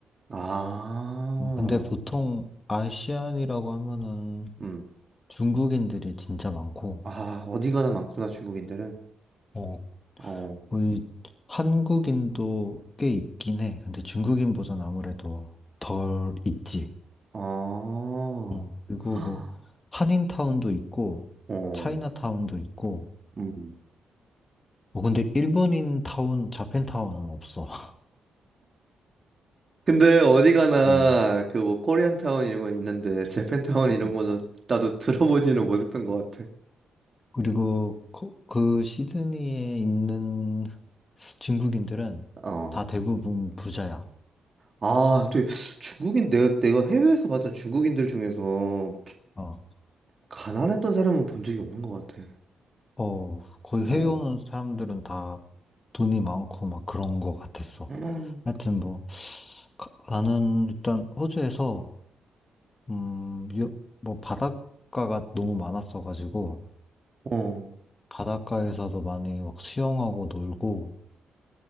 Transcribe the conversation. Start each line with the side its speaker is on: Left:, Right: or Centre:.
Right: 아.
Left: 음, 근데 보통 아시안이라고 하면은
Right: 음.
Left: 중국인들이 진짜 많고,
Right: 아, 어디 가나 많구나, 중국인들은.
Left: 어,
Right: 어.
Left: 거의 한국인도 꽤 있긴 해. 근데 중국인보단 아무래도 덜 있지.
Right: 아.
Left: 음, 그리고
Right: <gasps> 헉,
Left: 뭐 한인타운도 있고,
Right: 어.
Left: 차이나타운도 있고,
Right: 음.
Left: 어, 근데 일본인 타운, 자펜타운은 없어.
Right: 근데 어디 가나
Left: <laughs>
Right: 그 뭐 코리안 타운 이런 거 있는데 재팬 타운 이런
Left: 음.
Right: 거는 나도 <laughs> 들어보지는 못했던 것 같아.
Left: 그리고 그, 그 시드니에 있는 중국인들은
Right: 어.
Left: 다 대부분 부자야.
Right: 아, 또 중국인 내가 내가 해외에서 봤던 중국인들 중에서
Left: 어,
Right: 가난했던 사람은 본 적이 없는 것 같아.
Left: 어, 거의
Right: 어.
Left: 해외 오는 사람들은 다 돈이 많고 막 그런 거 같았어.
Right: 음.
Left: 하여튼 뭐 가- 나는 일단 호주에서 음, 요- 뭐 바닷가가 너무 많았어가지고
Right: 어.
Left: 바닷가에서도 많이 막 수영하고 놀고